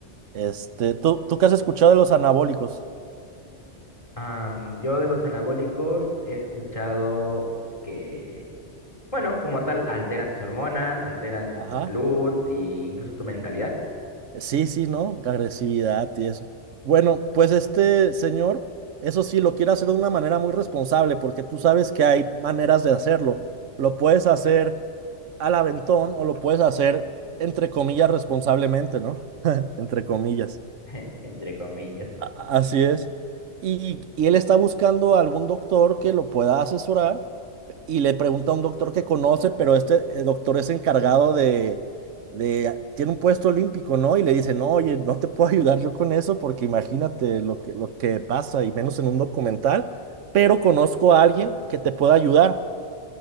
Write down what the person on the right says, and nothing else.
Este, ¿tú, tú qué has escuchado de los anabólicos?
Ajá.
Sí, sí, ¿no? Agresividad y eso. Bueno, pues este señor, eso sí, lo quiere hacer de una manera muy responsable, porque tú sabes que hay maneras de hacerlo. Lo puedes hacer al aventón o lo puedes hacer, entre comillas, responsablemente, ¿no? <laughs> Entre comillas.
A- Así es. Y, y él está buscando algún doctor que lo pueda asesorar y le pregunta a un doctor que conoce, pero este eh, doctor es encargado de, de, tiene un puesto olímpico, ¿no? Y le dice, no, oye, no te puedo <laughs> ayudar yo con eso porque imagínate lo que, lo que pasa, y menos en un documental, pero conozco a alguien que te pueda ayudar.